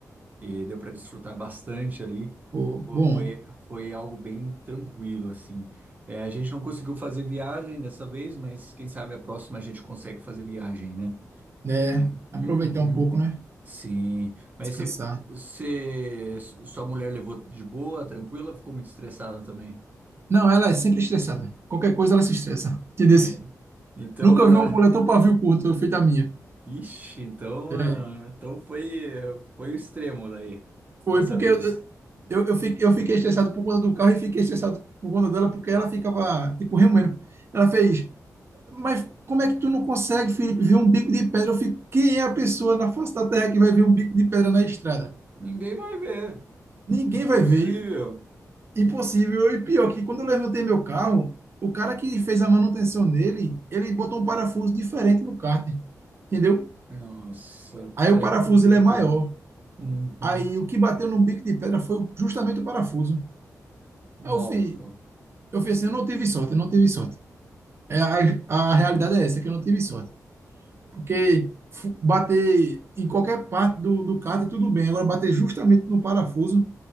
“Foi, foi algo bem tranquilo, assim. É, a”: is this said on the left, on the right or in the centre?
Right